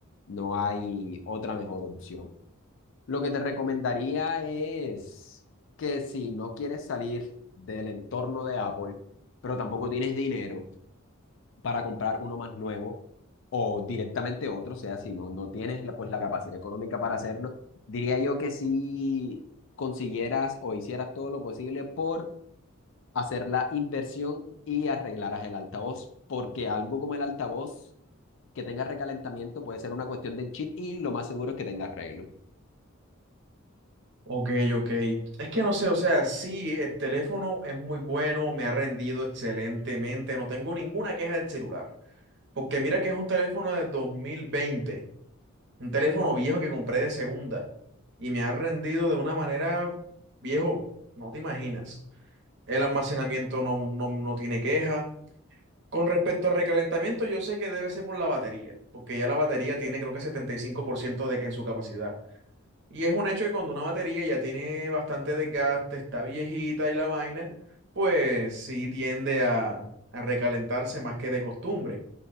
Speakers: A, on the left; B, on the right.
A: no hay otra mejor opción. Lo que te recomendaría es que si no quieres salir del entorno de Apple, pero tampoco tienes dinero para comprar uno más nuevo o directamente otro, o sea, si no, no tienes la, pues, la capacidad económica para hacerlo, diría yo que si consiguieras o hicieras todo lo posible por hacer la inversión y arreglarás el altavoz, porque algo como el altavoz que tenga recalentamiento puede ser una cuestión del chip y lo más seguro es que tenga arreglo.
B: Ok, ok. Es que no sé, o sea, sí, el teléfono es muy bueno, me ha rendido excelentemente, no tengo ninguna queja del celular, porque mira que es un teléfono de dos mil veinte un teléfono viejo que compré de segunda y me ha rendido de una manera viejo, no te imaginas. El almacenamiento no, no, no tiene queja. Con respecto al recalentamiento, yo sé que debe ser por la batería, porque ya la batería tiene creo que 75% de que en su capacidad. Y es un hecho que cuando una batería ya tiene bastante desgaste, está viejita y la vaina, pues sí tiende a, a recalentarse más que de costumbre.